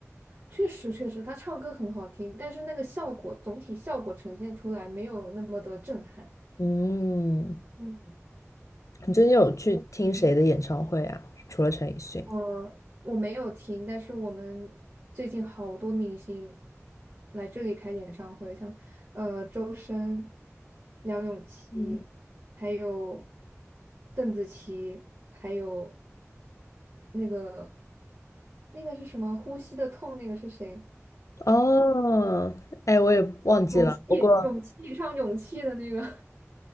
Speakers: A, on the right; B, on the left.
A: 确实，确实，他唱歌很好听，但是那个效果总体效果呈现出来没有那么的震撼。
B: 嗯，
A: 嗯。
B: 你最近有去听谁的演唱会啊？除了陈奕迅？
A: 我我没有听，但是我们最近好多明星来这里开演唱会，像呃周深、梁咏琪，
B: 嗯，
A: 还有邓紫棋，还有那个那个是什么《呼吸的痛》那个是谁？
B: 哦，哎，我也忘记了，
A: 勇气，
B: 不过。
A: 勇气，唱勇气的那个，